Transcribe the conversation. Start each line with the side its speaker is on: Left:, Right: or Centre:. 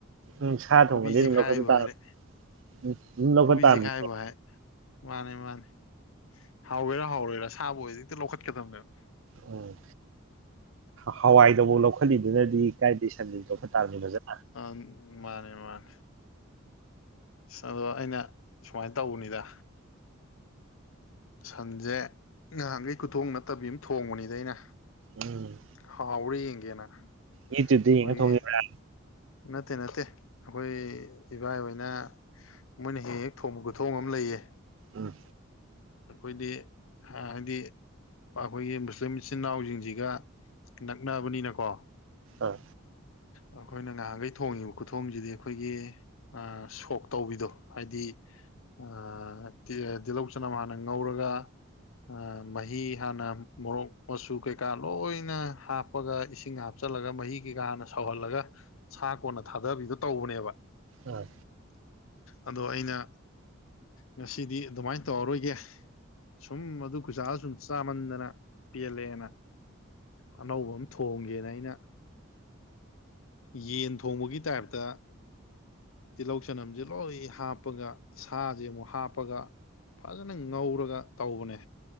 Right: ꯎꯝ ꯁꯥ ꯊꯣꯡꯉꯗꯤ
Left: ꯈꯨꯕꯤ
Right: ꯑꯗꯨꯝ
Left: ꯆꯤꯛꯈꯥꯏꯕꯨ
Right: ꯂꯧꯈꯠꯄ ꯇꯥ
Left: ꯍꯥꯏꯔꯦ
Right: ꯎꯝ ꯑꯗꯨꯝ ꯂꯧꯈꯠ
Left: ꯈꯨꯕꯤ
Right: ꯇꯥꯕꯅꯤ
Left: ꯆꯤꯛꯈꯥꯏꯕꯨ ꯍꯥꯏ ꯃꯥꯅꯦ ꯃꯥꯅꯦ ꯍꯥꯎꯒꯦꯔꯥ ꯍꯥꯎꯔꯣꯏꯔꯥ ꯁꯥꯕꯨ ꯑꯣꯏꯗꯤ ꯍꯦꯛꯇ ꯂꯧꯈꯠꯀꯗꯕꯅꯦꯕ
Right: ꯎꯝ ꯍꯋꯥꯏꯗꯐꯥꯎ ꯂꯧꯈꯠꯂꯤꯗꯨꯅꯗꯤ ꯀꯥꯏꯗꯒꯤ ꯁꯟꯗꯤ ꯂꯧꯈꯠ ꯇꯥꯕꯅꯤ ꯐꯖꯅ
Left: ꯑꯥ ꯃꯥꯅꯦ ꯃꯥꯅꯦ ꯑꯗꯣ ꯑꯩꯅ ꯁꯨꯃꯥꯏꯅ ꯇꯧꯕꯅꯤꯗ ꯁꯟꯁꯦ ꯉꯍꯥꯟꯈꯩ ꯈꯨꯊꯣꯡ ꯅꯠꯇꯕꯤ ꯑꯃ ꯊꯣꯡꯕꯅꯤꯗ ꯑꯩꯅ
Right: ꯎꯝ
Left: ꯍꯥꯎꯥꯎꯔ ꯌꯦꯡꯒꯦꯅ
Right: ꯌꯨꯇ꯭ꯌꯨꯇ
Left: ꯑꯩꯈꯣꯏꯒꯤ
Right: ꯌꯦꯡ ꯊꯣꯡꯉꯤꯕ꯭ꯔ
Left: ꯅꯠꯇꯦ ꯅꯠꯇꯦ ꯑꯩꯈꯣꯏ ꯏꯕꯥꯏ ꯍꯣꯏꯅ ꯃꯣꯏꯅ ꯍꯦꯛ ꯍꯦꯛ ꯊꯣꯡꯕ ꯈꯨꯠꯊꯣꯡ ꯑꯃ ꯂꯩꯑ
Right: ꯎꯝ
Left: ꯑꯩꯈꯣꯏꯗꯤ ꯍꯥꯏꯗꯤ ꯑꯩꯈꯣꯏꯒꯤ ꯃꯨꯁꯂꯤꯝ ꯏꯆꯤꯟ ꯏꯅꯥꯎꯁꯤꯡꯁꯤꯒ ꯅꯛꯅꯕꯅꯤꯅꯀꯣ
Right: ꯑꯥ
Left: ꯑꯩꯈꯣꯏꯅ ꯉꯍꯥꯟꯈꯩ ꯊꯣꯡꯉꯤꯕ ꯈꯨꯊꯣꯡꯁꯤꯗꯤ ꯑꯩꯈꯣꯏꯒꯤ ꯑꯝ ꯁꯣꯛ ꯇꯧꯕꯤꯗꯣ ꯍꯥꯏꯗꯤ ꯑꯝ ꯇꯤ ꯇꯤꯜꯂꯧ ꯆꯅꯝ ꯍꯥꯟꯅ ꯉꯧꯔꯒ ꯑꯝ ꯃꯍꯤ ꯍꯥꯟꯅ ꯃꯣꯔꯣꯛ ꯃꯆꯨ ꯀꯩꯀꯥ ꯂꯣꯏꯅ ꯍꯥꯞ ꯄꯒ ꯏꯁꯤꯡ ꯍꯥꯞꯆꯤꯜꯂꯒ ꯃꯍꯤ ꯀꯩꯀꯥꯅ ꯁꯧꯍꯜꯂꯒ ꯁꯥ ꯀꯣꯟꯅ ꯊꯥꯗꯕꯤꯗꯨꯣ ꯇꯧꯕꯅꯦꯕ
Right: ꯑꯥ
Left: ꯑꯗꯣ ꯑꯩꯅ ꯉꯁꯤꯗꯤ ꯑꯗꯨꯃꯥꯏꯅ ꯇꯧꯔꯔꯣꯏꯒꯦ ꯁꯨꯝ ꯑꯗꯨ ꯈꯨꯖꯥꯗ ꯁꯨꯝ ꯆꯥꯃꯟꯗꯅ ꯄꯦꯜꯂꯦꯅ ꯑꯅꯧꯕ ꯑꯃ ꯊꯣꯡꯒꯦꯅ ꯑꯩꯅ ꯌꯦꯟ ꯊꯣꯡꯕꯒꯤ ꯇꯥꯏꯞꯇ ꯇꯤꯜꯍꯧ ꯆꯅꯝꯁꯦ ꯂꯣꯏ ꯍꯥꯞꯄꯒ ꯁꯥꯁꯦ ꯑꯃꯨꯛ ꯍꯥꯞꯄꯒ ꯐꯖꯅ ꯉꯧꯔꯒ ꯇꯧꯕꯅꯦ